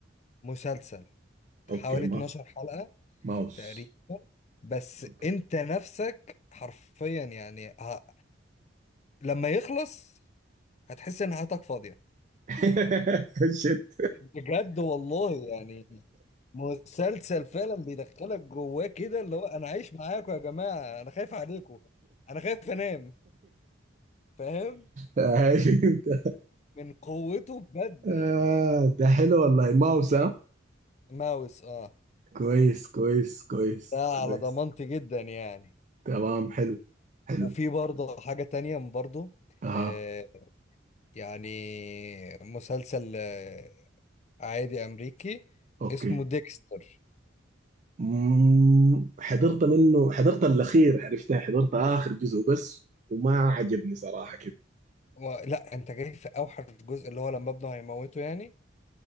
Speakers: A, on the left; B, on the right.
A: مسلسل
B: اوكي
A: حوالي
B: ما
A: 12 حلقه
B: ماوس
A: تقريبا بس
B: اوكي
A: انت نفسك حرفيا يعني ه... لما يخلص هتحس ان حياتك فاضيه
B: <laughs> شت
A: بجد والله يعني مسلسل فعلا بيدخلك جواه كده اللي هو انا عايش معاكم يا جماعه انا خايف عليكم انا خايف انام فاهم
B: آه، شفت.
A: من قوته بجد
B: آه،
A: يعني
B: ده حلو والله ماوس ها
A: ماوس اه
B: كويس كويس كويس
A: ده على
B: كويس
A: ضمانتي جدا يعني
B: تمام حلو حلو
A: وفي برضه حاجه تانية برضه
B: اها
A: آه يعني مسلسل آه عادي امريكي
B: اوكي
A: اسمه ديكستر
B: مم. حضرت منه حضرت الاخير عرفتها حضرت اخر جزء بس وما عجبني صراحه كده
A: و... لا انت جاي في اوحش جزء اللي هو لما ابنه هيموته يعني